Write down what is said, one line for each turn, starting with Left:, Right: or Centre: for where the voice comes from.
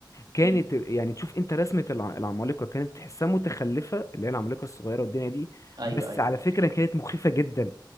Left: كانت
Right: امم
Left: يعني تشوف انت رسمة الع- العمالقة كانت تحسها متخلفة اللي هي العمالقة الصغيرة والدنيا دي
Right: ايوه
Left: بس
Right: ايوه
Left: على
Right: ايوه
Left: فكرة كانت مخيفة جدا